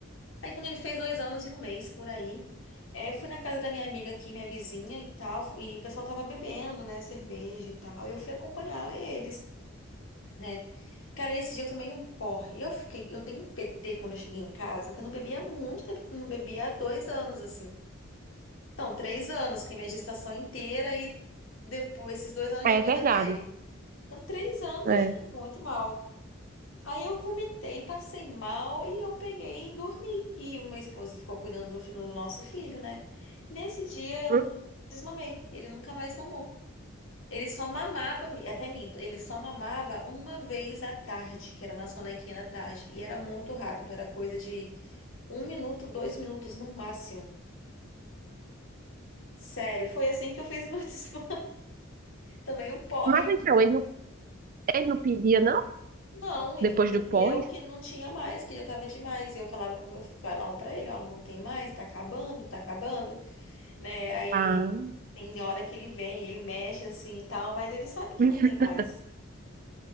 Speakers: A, on the left; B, on the right.
A: Aí quando ele fez dois anos e um mês por aí, eh, eu fui na casa da minha amiga aqui, minha vizinha e tal, e o pessoal tava bebendo, né, cerveja e tal, e eu fui acompanhar eles, né? Cara, nesse dia eu tomei um porre. Eu fiquei, eu dei um PT quando eu cheguei em casa, que eu não bebia há muito tempo, que eu não bebia há dois anos, assim. Então, três anos, que é minha gestação inteira e depois esses dois anos de
B: É
A: vida
B: verdade.
A: dele. Então, três anos
B: É.
A: eu fiquei muito mal. Aí eu vomitei, passei mal e eu peguei e dormi. E meu esposo ficou cuidando do, filho- do nosso filho, né? Nesse dia eu
B: Hum?
A: desmamei. Ele nunca mais mamou. Ele só mamava, até minto, ele só mamava uma vez à tarde, que era na sonequinha da tarde. E era muito rápido, era coisa de um minuto, dois minutos no máximo. Sério, foi assim que eu fiz meu <laughs> desmame. Também um porre.
B: Mas então, ele não, ele não pedia, não?
A: Não, ele
B: Depois
A: entendeu
B: do pós?
A: que não tinha mais, que já tava demais. E eu falava pro meu falava para ele, ó, não tem mais, tá acabando, tá acabando, né? Aí
B: Ah,
A: tem hora que ele vem, ele mexe assim e tal, mas ele sabe que
B: <laughs>
A: não tem mais.